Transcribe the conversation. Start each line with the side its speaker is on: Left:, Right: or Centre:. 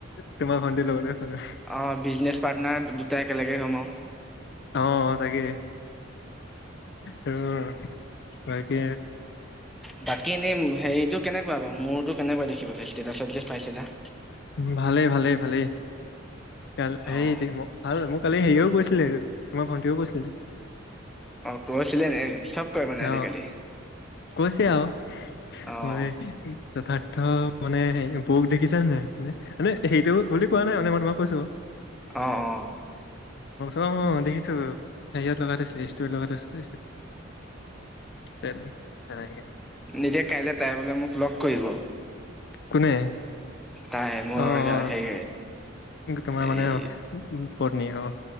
Left: তোমাৰ ভণ্টিৰ লগতে মানে।
Centre: অ বিজনেছ পাৰ্টনাৰ দুটাই একেলগে হ'ম আৰু।
Left: অ তাকে, উম তাকে।
Centre: বাকী এনেই হেৰিতটো কেনেকুৱা বাৰু মোৰতো কেনেকুৱা দেখিবলৈ ইষ্টেটাষ্ট পাইছিলা।
Left: ভালেই ভালেই ভালেই, গাল হেৰি
Centre: অঁ
Left: টো মোক ভাল মোক কালি হেৰিও কৈছিলে। তোমাৰ ভণ্টিও কৈছিলে।
Centre: অ কৈছিলে নে চব কয় মানে
Left: অ
Centre: আজিকালি।
Left: কৈছে আৰু,
Centre: অঁ
Left: মই তথাৰ্থ মানে সেই বৌক দেখিছা নে নাই? মানে সেইটো বুলি কোৱা নাই মানে মই তোমাক কৈছো।
Centre: অ অ।
Left: অ অ দেখিছো হেৰীয়ত লগাই থৈছিলে ইষ্টৰিত লগাই। তেনে তেনেকে।
Centre: সেনেকে কাইলে টাইম হলে মোক লগ কৰিব।
Left: কোনে।
Centre: তাই মোৰ
Left: অ অ
Centre: হেৰি।
Left: তোমাৰ মানে,
Centre: এই
Left: পত্নী আও।